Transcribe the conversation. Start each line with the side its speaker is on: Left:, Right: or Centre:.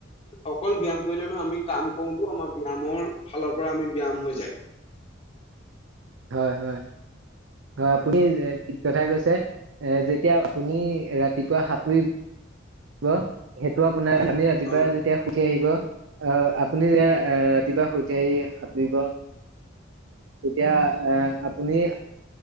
Left: অকল ব্য়ায়াম কৰিলে নহয় আমি কাম কৰোতো আমাৰ ব্যয়ামৰ ফালৰ পৰা আমি ব্যয়াম হৈ যায়।
Right: হয়, হয়, হয় আপুনি। কথা কৈছে এ। যেতিয়া আপুনি ৰাতিপুৱা সাঁতুৰি ব সেইটো আপ। আপোনাৰ আমি ৰাতিপুৱা
Left: অ
Right: যেতিয়া সুথি আহিব। অ' আপুনি এয়া এ। দিবা সুধি আহি খা দিবা এতিয়া এ' আপুনি